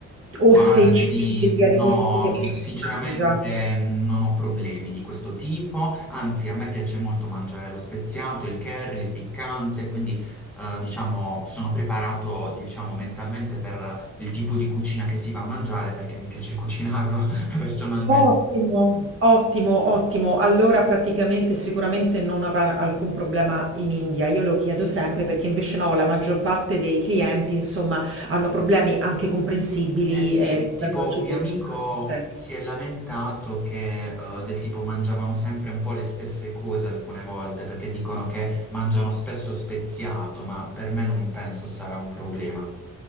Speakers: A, on the right (about 45°); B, in the centre.
A: o
B: Guardi,
A: se ci sono degli alimenti
B: no,
A: che non
B: sinceramente
A: mangia.
B: non ho problemi di questo tipo, anzi a me piace molto mangiare lo speziato, il curry, il piccante, quindi eh, diciamo sono preparato diciamo, mentalmente per il tipo di cucina che si va a mangiare perché mi piace cucinarlo <laughs> personalmente.
A: Ottimo, ottimo, ottimo. Allora praticamente sicuramente non avrà alcun problema in India. Io lo chiedo sempre perché invece no, la maggior parte dei clienti insomma hanno problemi anche comprensibili,
B: Eh sì,
A: ehm, rispetto
B: tipo
A: al cibo
B: un mio amico
A: di eccetera.
B: si è lamentato che eh, del tipo mangiavano sempre un po' le stesse cose alcune volte perché dicono che mangiano spesso speziato, ma per me non penso sarà un problema.